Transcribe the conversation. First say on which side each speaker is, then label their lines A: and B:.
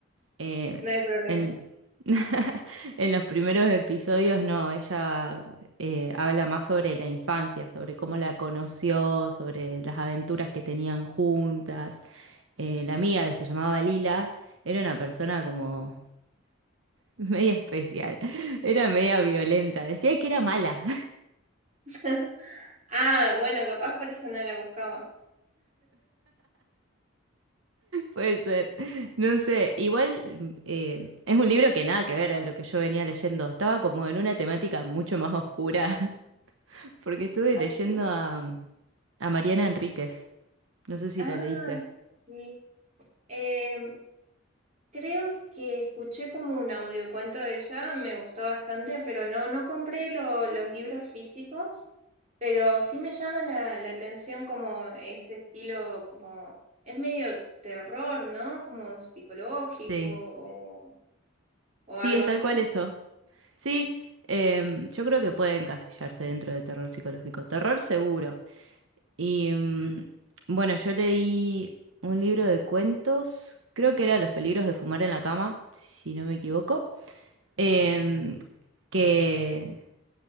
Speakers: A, on the right; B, on the right.
A: eh,
B: no hay problema.
A: en, <laughs> en los primeros episodios no, ella eh, habla más sobre la infancia, sobre cómo la conoció, sobre las aventuras que tenían juntas. Eh, la amiga que se llamaba Lila era una persona como media especial, <laughs> era media violenta, decía que era mala.
B: <laughs> Ah, bueno, capaz por eso no la buscaba.
A: Puede ser, <laughs> no sé, igual eh, es un libro que nada que ver a lo que yo venía leyendo, estaba como en una temática mucho más oscura, <laughs> porque estuve
B: Ah,
A: leyendo
B: sí.
A: a, a Mariana Enríquez, no sé si
B: Ah,
A: la leíste.
B: sí. Em, creo que escuché como un audiocuento de ella, me gustó bastante, pero no, no compré lo- los libros físicos. Pero sí me llama la, la atención como ese estilo, como es medio terror, ¿no? Como psicológico
A: Sí,
B: o, o
A: sí,
B: algo
A: es
B: así.
A: tal cual eso. Sí, em, yo creo que puede encasillarse dentro de terror psicológico, terror seguro. Y mm, bueno, yo leí un libro de cuentos, creo que era Los peligros de fumar en la cama, si no me equivoco. Em, que,